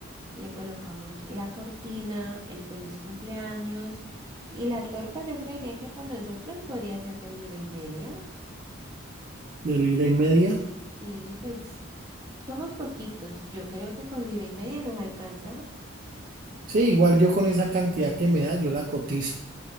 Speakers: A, on the right (about 20°); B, on the right (about 40°).
A: le colocamos la cortina, el feliz cumpleaños y la torta yo creería que para nosotros podría ser de libra y media.
B: de libra y media.
A: Sí, pues somos poquitos, yo creo que con libra y media nos alcanza.
B: Sí, igual yo con esa cantidad que me da, yo la cotizo.